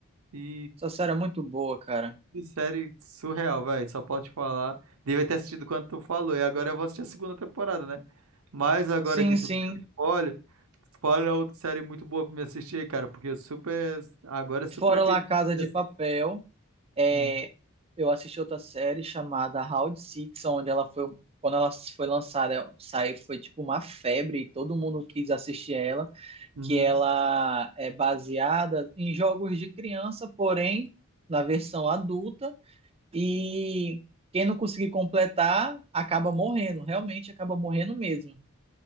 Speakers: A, on the right; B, on the right.
A: E
B: Essa série é muito boa, cara.
A: Que série surreal, velho. Só posso te falar. Devia ter assistido quando tu falou. E agora eu vou assistir a segunda temporada, né? Mas agora
B: Sim,
A: que tu
B: sim.
A: me deu spoiler, spoiler é outra série muito boa pra me assistir, aí, cara. Porque eu super. Agora eu super
B: Fora
A: acredito
B: La Casa
A: que você
B: de
A: assiste.
B: Papel. É,
A: Uhum,
B: eu assisti outra série chamada Round Six, onde ela foi, quando ela foi lançada, saiu, foi tipo uma febre e todo mundo quis assistir ela,
A: uhum.
B: que ela é baseada em jogos de criança, porém na versão adulta, e quem não conseguir completar acaba morrendo, realmente acaba morrendo mesmo.